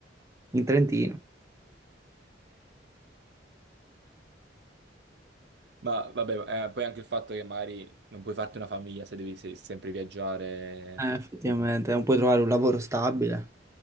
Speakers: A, on the right; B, on the right.
A: in Trentino.
B: Ma vabbè, eh, poi anche il fatto che magari non puoi farti una famiglia se devi se- sempre viaggiare
A: Eh,
B: per
A: effettivamente,
B: tutto il mondo.
A: non puoi trovare un lavoro stabile.